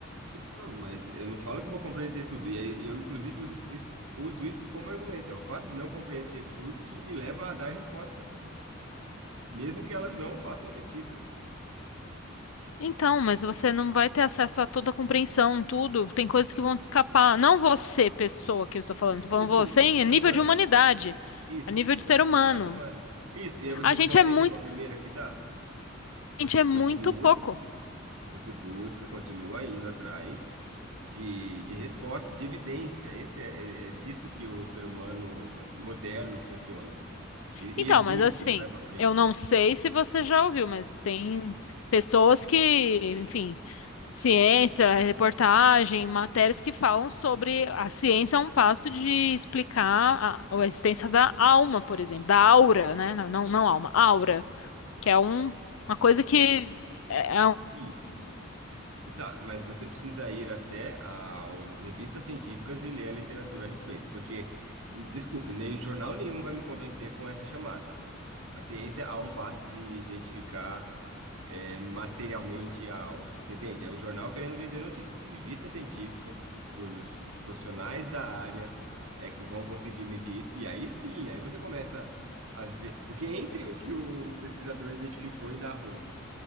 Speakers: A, on the right; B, on the left.
A: e pronto, mas eu não falo que vou compreender tudo. E aí, eu, inclusive, uso isso, isso- uso isso como argumento. É o fato de não compreender tudo que me leva a dar respostas, mesmo que elas não façam sentido.
B: Então, mas você não vai ter acesso a toda a compreensão, tudo. Tem coisas que vão te escapar. Não você, pessoa que eu estou falando,
A: E, Sim,
B: estou falando
A: sim,
B: você
A: você
B: em
A: é ser
B: nível
A: humano.
B: de humanidade,
A: Isso,
B: a nível
A: entidade,
B: de ser humano.
A: entidade humana. Isso, e aí você
B: A gente
A: se contenta
B: é muito,
A: com a primeira que dá. Você
B: a gente é
A: continua,
B: muito pouco.
A: você busca, continua indo atrás de, de resposta, de evidência. Esse é, é, é disso que o ser humano moderno funciona E,
B: Então,
A: e existe
B: mas assim,
A: e vai para frente.
B: eu não sei se você já ouviu, mas tem pessoas que, enfim, ciência, reportagem, matérias que falam sobre a ciência a um passo de explicar a, a existência da alma, por exemplo, da aura, né? Não, não, não alma, aura, que é um, uma coisa que é, é um-
A: E, e sa- mas você precisa ir até as revistas científicas e ler a literatura a respeito, porque, desculpe, nem jornal nenhum vai me convencer com essa chamada. A ciência a um passo de identificar eh, materialmente a aura. Você entende? É o jornal querendo vender notícia. Revista científica dos profissionais da área é que vão conseguir medir isso. E aí sim, aí você começa a ver. Porque entre o que o pesquisador identificou e narrou